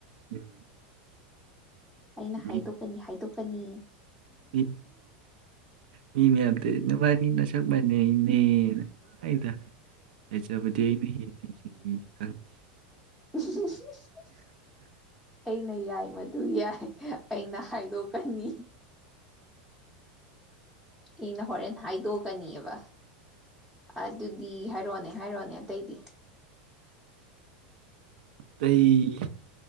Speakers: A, on the right; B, in the centre.
A: ꯎꯝ
B: ꯑꯩꯅ ꯍꯥꯏꯗꯣꯛꯀꯅꯤ
A: ꯃꯤ
B: ꯍꯥꯏ ꯇꯣꯛꯀꯅꯤ
A: ꯃꯤ ꯃꯤ ꯃꯌꯥꯝ ꯇꯧꯏꯖꯦ ꯅꯕꯥꯅꯤ ꯅꯁꯛ ꯁꯛ ꯃꯥꯟꯅꯩꯅꯦꯅ ꯍꯥꯏꯗꯔ꯭ ꯐꯖꯕꯗꯤ ꯑꯩꯅ ꯍꯦꯜꯂꯤꯁꯤꯗꯤ ꯈꯪꯗꯦ
B: <unintelligible> ꯑꯩꯅ ꯌꯥꯏ ꯃ ꯑꯗꯨ ꯌꯥꯏ ꯑꯩꯅ ꯍꯥꯏꯗꯣꯛ ꯀꯅꯤ ꯑꯩꯅ ꯍꯣꯔꯦꯟ ꯍꯥꯏꯗꯣꯛꯀꯅꯤꯑꯕ ꯑꯗꯨꯗꯤ ꯍꯥꯏꯔꯣꯅꯦ ꯍꯥꯏꯔꯣꯅꯦ ꯑꯇꯩꯗꯤ
A: ꯀꯩ